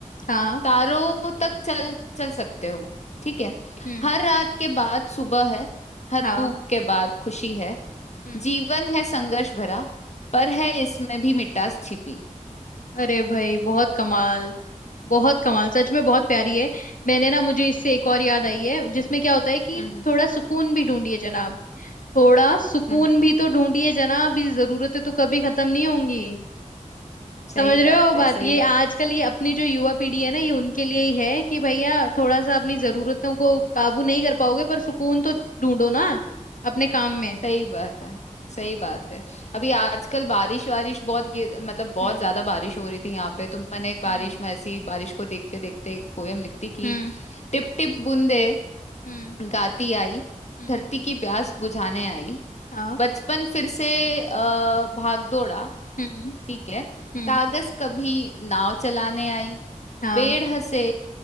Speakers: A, on the left; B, on the left.
A: हाँ
B: तारों तक चल चल सकते हो ठीक है
A: हम्म
B: हर रात के बाद सुबह है हर
A: हाँ
B: दुख के बाद खुशी है
A: हम्म
B: जीवन है संघर्ष भरा पर है इसमें भी मिठास छिपी
A: अरे भाई बहुत कमाल बहुत कमाल सच में बहुत प्यारी है मैंने ना मुझे इससे एक और याद आई है जिसमें क्या होता है कि
B: हम्म हम्म
A: थोड़ा सुकून भी ढूंढिए जनाब थोड़ा सुकून
B: हम्म,
A: भी तो ढूंढिए जनाब ये जरूरतें तो कभी खत्म नहीं होंगी
B: सही
A: समझ
B: बात
A: रहे हो बात
B: है सही
A: ये
B: बात
A: आजकल ये अपनी जो युवा पीढ़ी है ना ये उनके लिए ही है कि भैया थोड़ा सा अपनी जरूरतों को काबू नहीं कर पाओगे पर सुकून तो ढूंढो ना अपने काम में
B: सही बात है सही बात है अभी आजकल बारिश वारिश बहुत गिर मतलब बहुत
A: हम्म
B: ज्यादा बारिश हो रही थी यहाँ पे तो मैंने एक बारिश
A: हम्म
B: में ऐसी बारिश को देखते देखते एक पोयम लिख दी कि
A: हम्म
B: टिप टिप बूंदे
A: हम्म
B: गाती आई
A: हम्म
B: धरती की प्यास बुझाने आई
A: हाँ
B: बचपन फिर से अ, भाग दौड़ा
A: हम्म
B: ठीक है
A: हम्म
B: कागज कभी नाव चलाने आई
A: हाँ
B: पेड़ हंसे